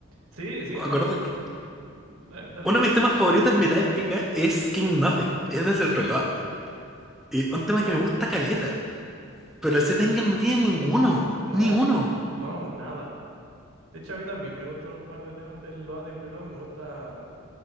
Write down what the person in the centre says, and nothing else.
Me
acuerdo
que
uno de mis temas favoritos
en Metallica es King Nothing, es desde el Reload. Y un tema que me gusta caleta. Pero ese Tengen no tiene ninguno.
Ni uno.